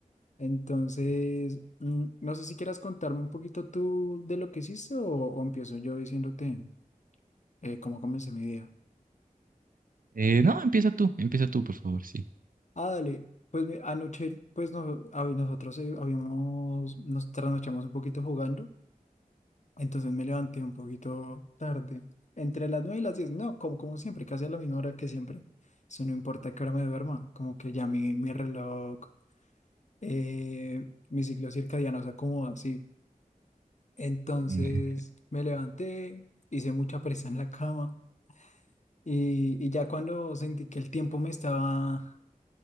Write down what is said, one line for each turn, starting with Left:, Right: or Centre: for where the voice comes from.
Left: Entonces, mm, no sé si quieras contarme un poquito tú de lo que hiciste o, o empiezo yo diciéndote eh, cómo comencé mi día.
Right: Eh, no, empieza tú, empieza tú, por favor, sí.
Left: Ah, dale. Pues mi- anoche, pues no, a- nosotros eh, habíamos, nos trasnochamos un poquito jugando, entonces me levanté un poquito tarde, entre las 9 y las 10. no, como, como siempre, casi a la misma hora que siempre. Eso no importa qué hora me duerma, como que ya mi, mi reloj, eh, mi ciclo circadiano se acomoda así. Entonces
Right: Eh,
Left: me levanté, hice mucha presa en la cama y, y ya cuando sentí que el tiempo me estaba